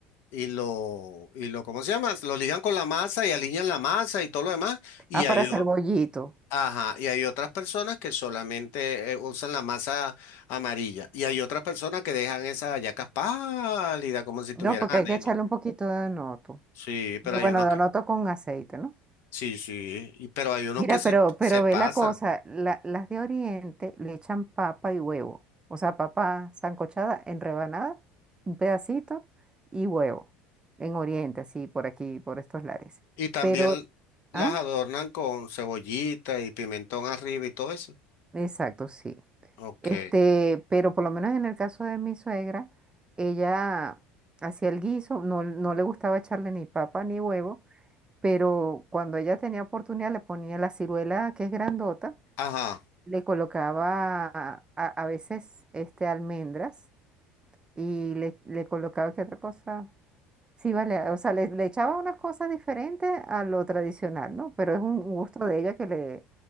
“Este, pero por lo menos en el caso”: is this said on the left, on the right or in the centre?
Right